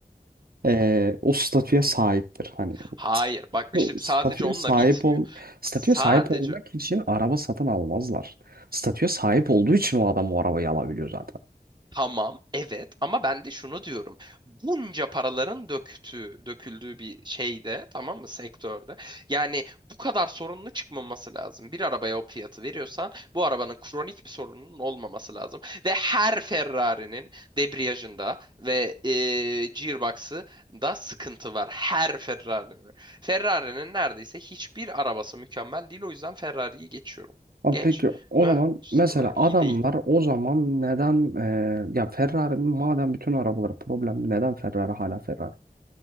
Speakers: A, on the right; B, on the right.
A: Eee, o statüye sahiptir. Hani
B: Hayır bak
A: o
B: işte sadece
A: statüye
B: onunla
A: sahip
B: bitmiyor.
A: ol statüye
B: Sadece
A: sahip olmak için araba satın almazlar. Statüye sahip olduğu için o adam o arabayı alabiliyor zaten.
B: Tamam, evet ama ben de şunu diyorum. Bunca paraların döktüğü, döküldüğü bir şeyde, tamam mı, sektörde. Yani bu kadar sorunlu çıkmaması lazım. Bir arabaya o fiyatı veriyorsan bu arabanın kronik bir sorununun olmaması lazım. Ve her Ferrari'nin debriyajında ve e, gearbox'ı da sıkıntı var. Her Ferrari'nin. Ferrari'nin neredeyse hiçbir arabası mükemmel değil. O yüzden Ferrari'yi geçiyorum.
A: Abi
B: Geç.
A: peki o
B: Mühendislik
A: zaman mesela
B: olarak
A: adamlar
B: iyi değil.
A: o zaman neden eee, ya Ferrari'nin madem bütün arabaları problem neden Ferrari hala Ferrari?